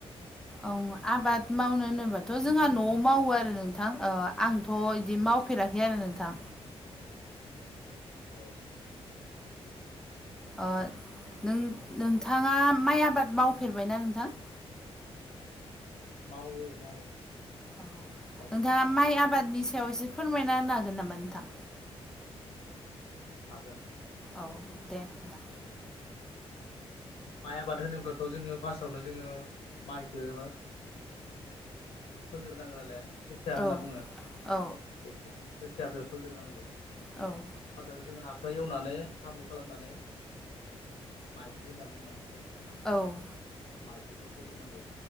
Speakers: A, in the centre; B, on the left (about 75°).
A: ओं आबाद मावनो होनोबाथ' जोंहा न'आव मावो आरो नोंथां आंथ' बिदि मावफेरा खै आरो नोंथां
B: औ
A: अ नों-नोंथाङा माइ आबाद मावफेरबायना नोंथां?
B: मावो मावो
A: औ
B: मावबोनो
A: नोंथाङा माइ आबादनि सायाव एसे फोरमायना होनो हागोन नामा नोंथां?
B: हागोन
A: औ दे होमबा
B: माइ आबाद होनोब्लाथ' जोङो फासावनो जोङो माइखो फोग्रोनांगोन नालाय खोथिया होनना
A: औ
B: बुङो
A: औ
B: बेखो। खोथियाखौ फोग्रोनांगौ
A: औ
B: फास्टाआवनो जोङो हाखो एवनानै हाब्रु खालामनानै माइज्लि होनना बुंङोना बेखौ
A: औ
B: माइज्लिखौ फोग्रोनांगौ